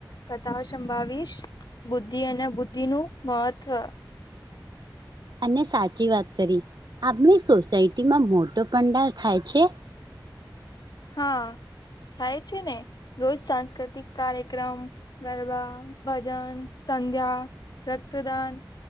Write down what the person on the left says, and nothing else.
કથાઓ સંભળાવીશ, બુદ્ધિ અને બુદ્ધિનું મહત્વ.
હા, થાય છે ને. રોજ સાંસ્કૃતિક કાર્યક્રમ, ગરબા, ભજન-સંધ્યા. રક્તદાન